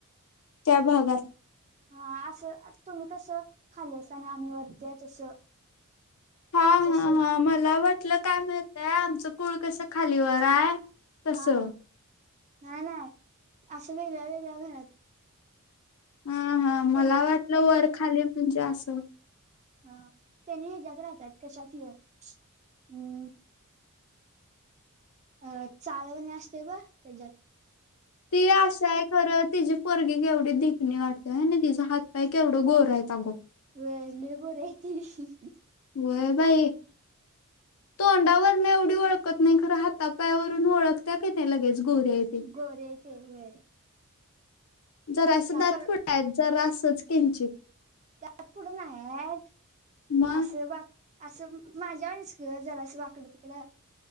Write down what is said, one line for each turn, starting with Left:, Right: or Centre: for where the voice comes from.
Left: त्या भागात.
Right: हा असं तुम्ही कसं खालेस आणि आम्ही वरती आहे तसं.
Left: हा
Right: तसच.
Left: हा हा मला वाटलं काय माहितया आमचं कूळ कसं खालीवर आहे तसं
Right: हा हा नाही असं वेगळ्या वेगळ्या घरात.
Left: हा हा मला
Right: त्यां
Left: वाटलं
Right: त्याने
Left: वर खाली म्हणजे असं.
Right: हा त्याने ह्यज्यात राहत्यात कशात य हम्म. अ चाळवणी असते ब त्याज्यात.
Left: ती असा आहे खरं तिजी पोरगे केवढी धीकणी वाटतेय आणि तिचा हात पाय केवढं गोर आहे आगो.
Right: वय लय गोरी आहे ती.
Left: वय बाई. तोंडावर नाही एवढी ओळखत नाही खरं हाता पाया वरून ओळखत्या की नाही लगेच गोरी आहे. ते
Right: गोरी आहे ते ही वेय.
Left: जरासा
Right: आपण
Left: दात पुढं आहे जरासच किंचित.
Right: दात पुढे नाय आहेत.
Left: मग
Right: असं वाक असं माझ्या म वणीच की जरा असं वाकडं तिकडं.